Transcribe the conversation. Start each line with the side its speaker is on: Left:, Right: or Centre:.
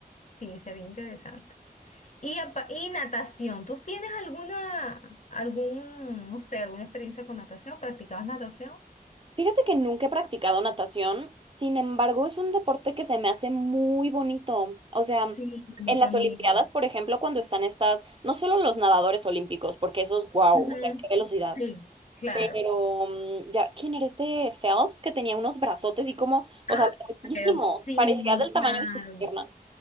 Left: Sí, sería interesante. Y, apa- y natación, ¿tú tienes alguna, algún, no sé, alguna experiencia con natación? ¿Practicabas natación?
Right: Fíjate que nunca he practicado natación, sin embargo, es un deporte que se me hace muy bonito. O sea,
Left: Sí, a mí
Right: en
Left: también.
Right: las Olimpiadas, por ejemplo, cuando están estas, no solo los nadadores olímpicos, porque esos, wow,
Left: Ujú,
Right: o sea, qué velocidad.
Left: Sí, claro.
Right: Pero mm, ya, ¿quién era este Phelps que tenía unos brazotes y como, o
Left: Ah,
Right: sea, larguísimo,
Left: Sales, sí,
Right: parecía del tamaño
Left: claro.
Right: de sus piernas?